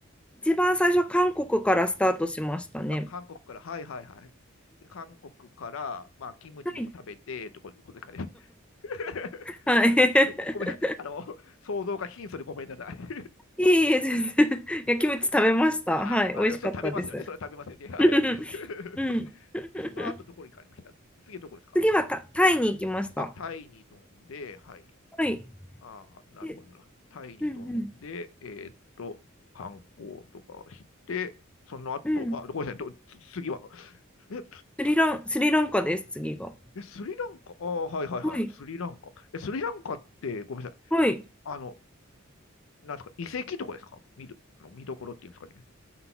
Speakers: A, in the centre; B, on the left.
A: 一番最初は韓国からスタートしましたね。
B: あ、韓国から。はいはいはい。で韓国から、まあ、キムチでも食べて、
A: はい。
B: ってことことですかね。<laughs>
A: はい。
B: ごめんなさい。
A: <laughs>
B: でごめんなさい。あの、想像が貧相でごめんなさい。<laughs>
A: いえいえ、全然。いや、キムチ食べました。
B: ああ、
A: はい。美味しかったです。
B: それ食べますよね。それ食べますよね。はいはい。
A: <laughs>
B: <laughs>
A: うん。<laughs>
B: でその後、どこに行かれました次どこですか
A: 次はタ、タイに行きました。
B: あ、タイに飛んで、はい。
A: はい。
B: ああ、なるほどな。
A: で
B: タイに飛んで、
A: うん
B: えーっと、観光とかして、その後、
A: うん。うん。
B: あ、ごめんなさい、どつ次は。え、
A: スリラン、スリランカです、次が。
B: え、スリランカ、ああ、はいはいはい、
A: はい。
B: スリランカ。え、スリランカって、ごめんなさい、
A: はい。
B: あの、なんですか、遺跡とかですか見る、あの見どころっていうんですかね。